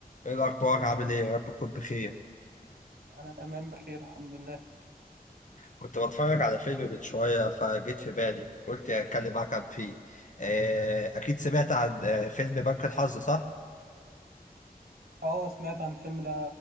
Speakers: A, on the left; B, on the right.
A: ايه الاخبار عامل ايه يا رب تكون بخير
B: انا تمام بخير الحمد لله
A: كنت بتفرج على فيلم من شويه فجيت في بالي قلت اتكلم معاك عن فيه آه، اكيد سمعت عن آه، فيلم بنك الحظ صح
B: اه سمعت عن الفيلم ده